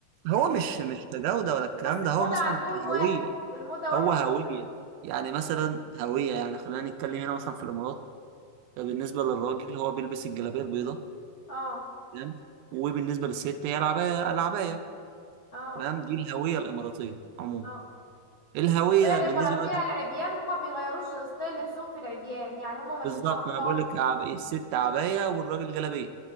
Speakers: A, on the right; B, on the left.
A: هو
B: اكيد
A: مش مش كجوده ولا الكلام
B: بس الموضة
A: ده هو مثلا
B: عندهم
A: كهويه
B: واحد الموضة واحد
A: هو هويه
B: كل
A: يعني مثلا هويه يعني خلينا نتكلم هنا مثلا في الامارات بالنسبه للراجل هو بيلبس الجلابيه البيضاء
B: اه
A: تمام وبالنسبه للست هي العبايه العبايه
B: اه
A: تمام دي الهويه الاماراتيه عموما
B: اه
A: الهويه
B: هي الاماراتية
A: بالنسبه لك
B: العبيان هما بيغيروش ستايل لبسهم في العبيان يعني هما ماشيين
A: بالظبط
B: على موضة
A: انا بقول
B: واحدة
A: لك عب... الست عبايه والراجل جلابيه